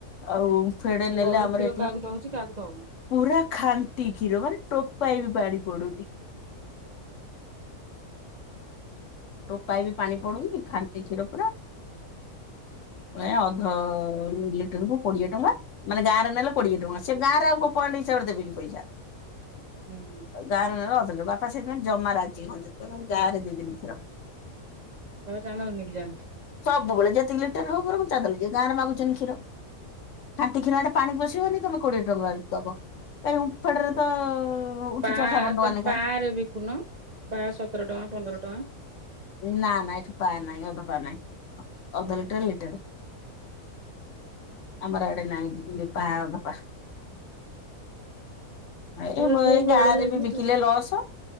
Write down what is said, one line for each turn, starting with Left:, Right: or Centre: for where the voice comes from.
Left: ଆଉ ଓମଫେଡ୍
Right: ସେଇ
Left: ନେଲେ
Right: ଗଉଡ
Left: ଆମର
Right: କ୍ଷୀର
Left: ଏଠି
Right: କାହାକୁ ଦଉଛି କାହାକୁ ଦଉନି।
Left: ପୁରା ଖାଣ୍ଟି କ୍ଷୀର ମାନେ ଟୋପାଇ ବି ପାଣି ପଡୁନି ଟୋପାଏ ବି ପାଣି ପଡୁନି ଖାଣ୍ଟି କ୍ଷୀର ପୁରା ଏ ଅଧ ଅ ଲିଟରକୁ କୋଡିଏ ଟଙ୍କା ମାନେ ଗାଁରେ ନେଲେ କୋଡିଏ ଟଙ୍କା ସେ ଗାଁରେ ଆଉ କଣ ପଏଣ୍ଟ <unintelligible> ଦେବେନି ପଇସା
Right: ହୁଁ
Left: ଗାଁରେ ନେଲେ ଅଧେ ନେବେ ବାପା ସେଇଥିପାଇଁ ଜମା ରାଜି ହଅନ୍ତି ନି କହନ୍ତି ମୁଁ ଗାଁରେ ଦେବିନି କ୍ଷୀର
Right: ତମେ ଚାଲ ନେଇକି ଯାଉଛି।
Left: ସବୁବେଳେ ଯେତିକି ଲିଟର ହଉ ବରଂ <unintelligible> ଗାଁରେ ମାଗୁଛନ୍ତି କ୍ଷୀର ଖାଣ୍ଟି କ୍ଷୀର ଆଡେ ପାଣି ପଶିବନି ତମେ କୋଡ଼ିଏ ଟଙ୍କା ଆଣିକି ଦବ ତାହେଲେ ଓମଫେଡ୍ ରେ ତ ଉଠୁଛି
Right: ପା
Left: ଅଠାବନ ଟଙ୍କା
Right: ତମେ
Left: ଲେଖା।
Right: ପା ରେ ବିକୁନ ପା ସତର ଟଙ୍କା ପନ୍ଦର ଟଙ୍କା
Left: ନା ନା ଏଠି ପା ନାହିଁ ଅଧ ପା ନାହିଁ ଅଧ ଲିଟେର ଲିଟେର ଆମର ଆଡେ ନାଇଁ ପା ଅଧ ପା ଏଇ
Right: ହେ
Left: ମୁଁ
Right: ସେଇ
Left: ଏଇ
Right: ବଡ
Left: ଗାଁ
Right: ଲାଗିବ।
Left: ରେ ବି ବିକିଲେ ଲସ